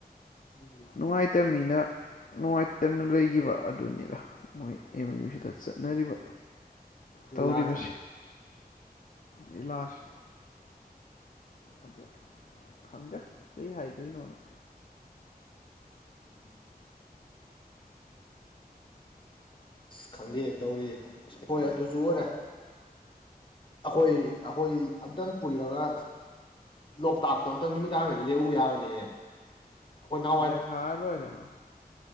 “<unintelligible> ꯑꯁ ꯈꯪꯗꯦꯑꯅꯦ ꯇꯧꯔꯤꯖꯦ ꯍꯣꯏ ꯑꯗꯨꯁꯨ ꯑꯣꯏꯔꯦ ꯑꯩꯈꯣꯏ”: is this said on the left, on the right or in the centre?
Left